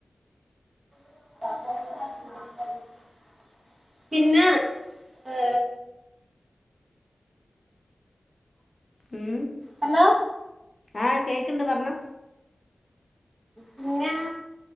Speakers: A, on the right (about 45°); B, on the left (about 40°).
A: <unintelligible> പിന്നെ ഏ
B: ഉം
A: ഹലോ
B: ആ കേക്കണ്ട് പറഞ്ഞോ
A: പിന്നെ